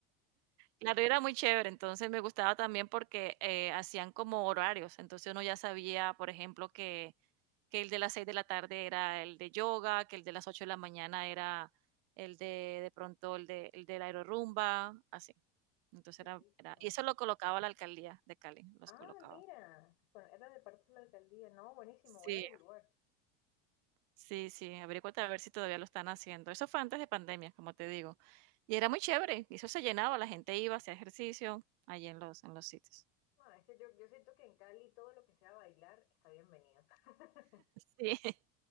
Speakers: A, on the right (about 45°); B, on the left (about 70°).
A: Claro, era muy chévere, entonces me gustaba también porque, eh, hacían como horarios, entonces uno ya sabía, por ejemplo, que que el de las 6 de la tarde era el de yoga, que el de las 8 de la mañana era el de de pronto el de el del la aerorumba, así. Entonces
B: Severísimo.
A: era era y eso lo colocaba la alcaldía de Cali, los
B: Ah,
A: colocaba.
B: mira, bueno, era de parte de la alcaldía. No, buenísimo,
A: Sí,
B: voy a averiguar.
A: sí, sí, averíguate a ver si todavía lo están haciendo. Eso fue antes de pandemia, como te digo, y era muy chévere, y eso se llenaba, la gente iba, hacía ejercicio allí en los en los sitios.
B: No, es que yo, yo siento que en Cali todo lo que sea bailar está bienvenido. <laughs>
A: Sí. <laughs>